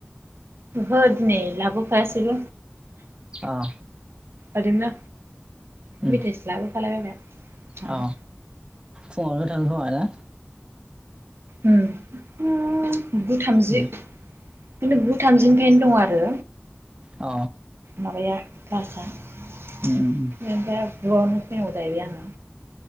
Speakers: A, on the right; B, on the right.
A: बद नै लाबखौ आसग
B: अ
A: आदिनो
B: उम
A: मिथस्ला फलाबबाय जानो
B: अ फुङावनो थाङो खोमा ना
A: उम गु थामजि
B: उम
A: बिदिनो गु थामजिनिफ्रायनो दं आरो
B: अ
A: माबाया बिफसा म
B: उम उम
A: द जनो <unintelligible> दायङा <unintelligible>